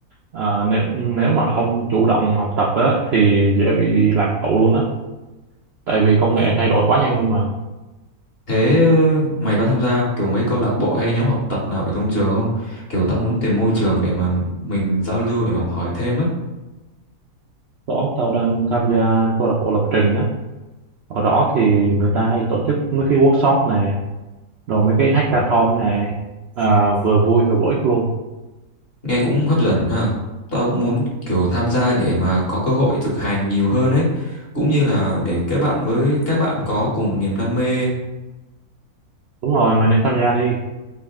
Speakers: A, on the right; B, on the left.
A: à, nếu, nếu mà không chủ động học tập á, thì dễ bị lạc hậu luôn á tại vì công nghệ thay đổi quá nhanh luôn mà
B: Thế mày có tham gia kiểu mấy câu lạc bộ hay nhóm học tập nào ở trong trường không? Kiểu tao muốn tìm môi trường để mà mình giao lưu để mà học hỏi thêm á.
A: đó tao đang tham gia câu lạc bộ lập trình á ở đó thì người ta hay tổ chức mấy cái workshop nè rồi mấy cái hackathon nè à, vừa vui vừa bổ ích luôn
B: Nghe cũng hấp dẫn ha. Tao cũng muốn kiểu tham gia để mà có cơ hội thực hành nhiều hơn ấy. Cũng như là để kết bạn với các bạn có cùng niềm đam mê.
A: đúng rồi mày nên tham gia đi